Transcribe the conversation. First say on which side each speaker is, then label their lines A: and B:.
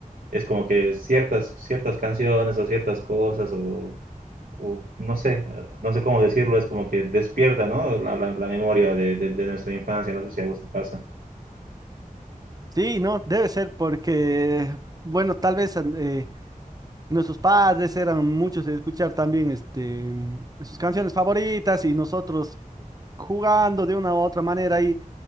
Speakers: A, on the right; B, on the right.
A: Es como que ciertas, ciertas canciones o ciertas cosas o, u- no sé, no sé cómo decirlo, es como que despierta, ¿no? La, la- la memoria de, de- de nuestra infancia, no sé si a vos te pasa.
B: Sí, no, debe ser porque, bueno, tal vez eh, nuestros padres eran muchos de escuchar también este, sus canciones favoritas y nosotros jugando de una u otra manera ahí